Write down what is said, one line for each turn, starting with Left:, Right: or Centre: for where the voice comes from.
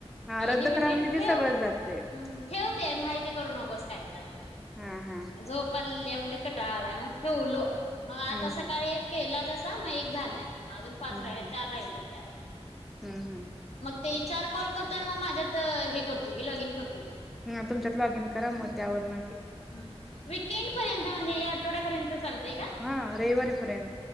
Centre: हा
Left: हेनी
Centre: रद्द
Left: म्हणले
Centre: करा म्हणजे ते
Left: ठेव
Centre: सगळंच जातंय
Left: ह ठेव ते नाही ते करू नकोस. काय तर म्हणतेत
Centre: हा हा
Left: झोप आलेल्या म्हणलीत. कटाळा आलाय मग ठेवलो. मग आता
Centre: हम्म
Left: सकाळी
Centre: हम्म
Left: एक केला तस अता म एक झालाय. अजून पाच
Centre: हम्म
Left: राहाय चार राहिलेत.
Centre: हम्म हम्म
Left: ते चार कॉल करतो अन मग माझ्यात हे करतो की लॉग इन करतो की.
Centre: ह्म्म तुमच्यात लॉग इन करा मग त्यावरन
Left: ह्म्म वीकेंड पर्यंत म्हणजे या आठवड्यापर्यंत चालतय का?
Centre: हा रविवारीपर्यंत